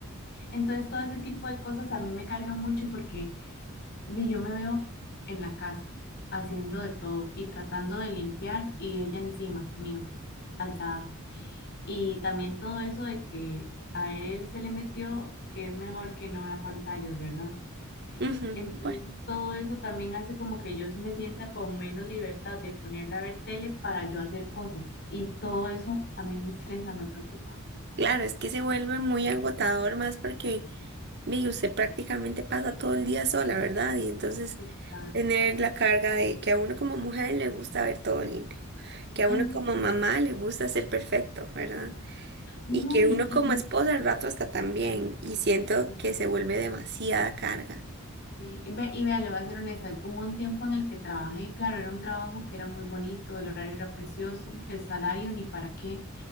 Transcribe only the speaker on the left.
Entonces, todo ese tipo de cosas a mí me cargan mucho porque di, yo me veo en la casa haciendo de todo y tratando de limpiar y ella encima mío, alzada. Y también todo eso de que a él se le metió que es mejor que no vea pantallas, ¿verdad?
Entonces
todo eso también hace como que yo me sienta con menos libertad de ponerle a ver tele para yo hacer cosas. Y todo eso a mí me estresa, me preocupa.
Exacto.
Ujú.
No,
y,
y,
sí,
sí. Y ve, y vea, le voy a ser honesta, hubo un tiempo en el que trabajé, claro, era un trabajo que era muy bonito, el horario era precioso, el salario ni para qué,